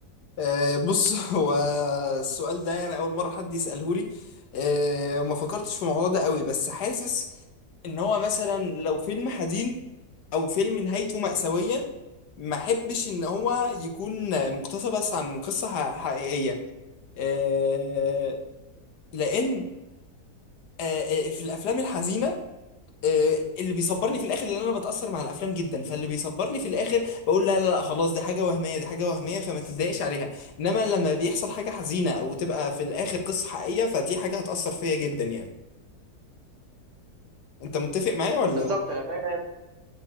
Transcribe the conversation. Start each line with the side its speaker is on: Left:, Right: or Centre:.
Left: آه بص <laughs> هو السؤال ده يعني أول مرة حد يسأله لي آه ما فكرتش في الموضوع ده قوي بس حاسس ان هو مثلا لو فيلم حزين او فيلم نهايته مأساوية ما احبش ان هو يكون مقتبس عن قصة ح- حقيقية آه، لان آه، آه، في الافلام الحزينة آه، اللي بيصبرني في الاخر لان انا بتاثر مع الافلام جدا فاللي بيصبرني في الاخر بقول لا لا لا خلاص دي حاجه وهميه دي حاجه وهميه فما تتضايقش عليها انما لما بيحصل حاجه حزينه وتبقى في الاخر قصه حقيقيه فدي حاجه هتاثر فيا جدا يعني انت متفق معايا ولا
Right: بالظبط
Left: لا؟
Right: أنا فاهم